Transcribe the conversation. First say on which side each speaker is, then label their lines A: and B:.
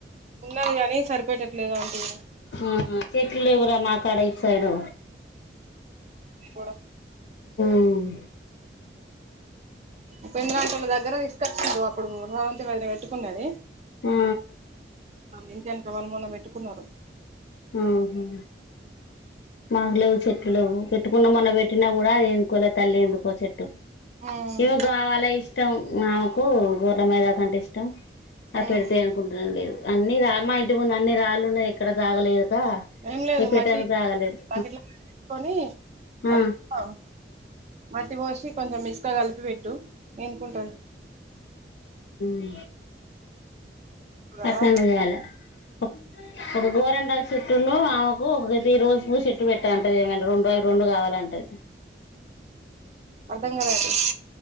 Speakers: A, on the right (about 40°); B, on the left (about 75°).
A: ఉన్నది కానీ సరిపెట్టట్లేదంటి
B: ఆ చెట్లు ఎవ్రా మాకడ ఇటు సైడు
A: కూడా
B: మ్
A: ఊపింద్ర అంటోళ్ల దగ్గర తీసుకొచ్చిర్రు అప్పుడుృధవంతి అయితే పెట్టుకున్నది
B: ఆ
A: ఇంటేనుకవళ్ళు మొన్న పెట్టుకున్నారు
B: ఆహ మాకులేవ్ చెట్లు లేవ్ పెట్టుకున్న మనం పెట్టినా కూడా అది ఎనుకోలే తల్లి ఎందుకో చెట్టు
A: ఉమ్
B: ఇమోక్ కావాలే ఇష్టం ఆమెకు గూర్ర మైదాకు అంటే ఇష్టం ఆది
A: ఉమ్
B: పెడుతే ఎనుకుంటేనే లేద్ అన్ని రా మా ఇంటి ముందు అన్ని రాళ్ళు ఉన్నాయి ఎక్కడ జాగాలేదు ఆ
A: ఏం లేదు
B: ఇగ పెట్టెదుకు
A: మట్టి
B: జగ లేదు
A: బకెట్ల కొని
B: ఆ
A: అంతా మట్టి పోసి కొంచెం ఇస్గా కలిపి పెట్టు ఎనుకుంటది
B: మ్
A: కదా
B: ఆట్లన్న చేయాలే ఒ ఒక గోరింటాకు చేట్టు ఉన్ను ఆమెకు ఒక త్రీ రోజ్ పువ్వు చేట్టు పెట్టు అంటది ఏమైన రెండు అవి రెండు కావాలంటది
A: అర్ధం కాలే అండి